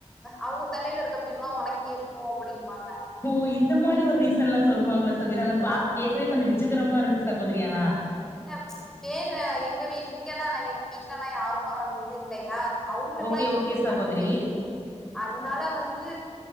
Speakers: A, in the centre; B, on the left.
A: அவுங்க தலைல இருக்க பேண்லா உனக்கு ஏறிக்கு அப்டிம்பாங்க
B: ஓ இந்த மாரி ஒரு ரீசன்லா சொல்லுவாங்ளா சி சகோரி ஆனா பா
A: ஆ
B: கேக்கவே கொஞ்ச விசித்திரமா இருக்கு சகோதிரி ஆனா
A: இல்ல பேனு எங்க வீ இங்கெலா இல்ல எங்க வீட்லலா யாருக்கு அந்திது இல்லையா அவங்களுக்லா
B: ஓகே,
A: இருக்கு
B: ஓகே சகோதரி.
A: நறையவே இருக்கு அதனால வந்து